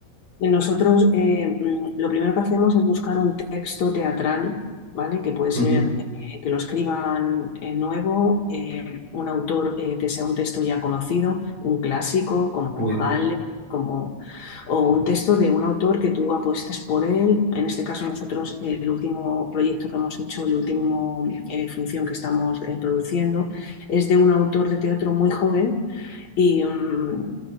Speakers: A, on the left; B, on the right.
A: Nosotros eh, mm, lo primero que hacemos es buscar un texto teatral, ¿vale? Que puede ser
B: Ujú,
A: eh, que lo escriban eh, nuevo, eh, un autor eh, que sea un texto ya conocido, un clásico como
B: <laughs> Muy bien,
A: Halle, como, o un texto de un autor que tú apuestes por él. En este caso nosotros eh, el último proyecto que hemos hecho, el último eh, función que estamos eh, produciendo, es de un autor de teatro muy joven. Y, mm,